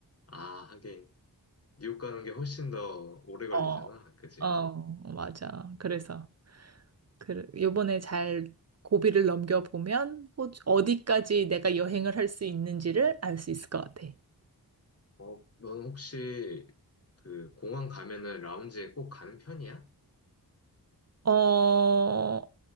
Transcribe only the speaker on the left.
아, 하긴 뉴욕 가는 게 훨씬 더 오래 걸리잖아.
그지?
어, 넌 혹시 그 공항 가면은 라운지에 꼭 가는 편이야?